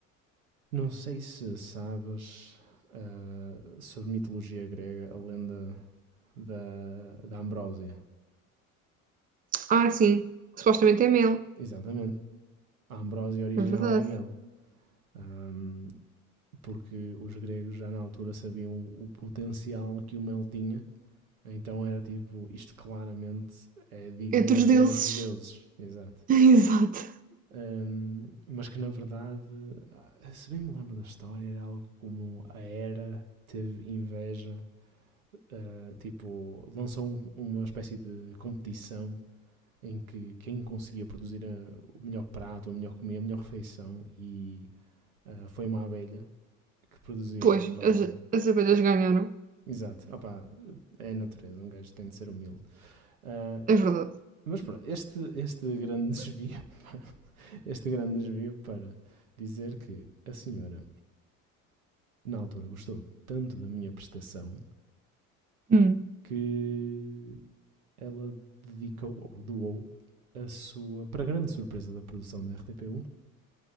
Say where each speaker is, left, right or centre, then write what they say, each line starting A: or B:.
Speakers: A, on the right; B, on the right.
A: Não sei se sabes ah, sobre mitologia grega, a lenda da, da Ambrósia.
B: Ah, sim, supostamente é mel.
A: Exatamente. A Ambrósia original
B: É verdade.
A: era mel. Ahm, porque os gregos já na altura sabiam o, o potencial que o mel tinha. Então era tipo, isto claramente é digno
B: É dos
A: apenas
B: deuses.
A: dos deuses.
B: <laughs>
A: Exato.
B: Exato.
A: Ahm, mas que na verdade, ah, se bem me lembro da história, era algo como a Hera teve inveja ah, tipo, lançou um- uma espécie de competição em que quem conseguia produzir ah, o melhor prato, a melhor comida, a melhor refeição e ah, foi uma abelha que produziu
B: Pois,
A: a ambrósia.
B: as, as abelhas ganharam.
A: Exato, opá, é a natureza, um gajo tem de ser humilde. Ah,
B: É verdade.
A: mas pronto, este, este grande desvio, <laughs> este grande desvio para dizer que a senhora, na altura, gostou tanto da minha prestação
B: Hum.
A: que ela dedicou, ou doou, a sua, para grande surpresa da produção da RTP1,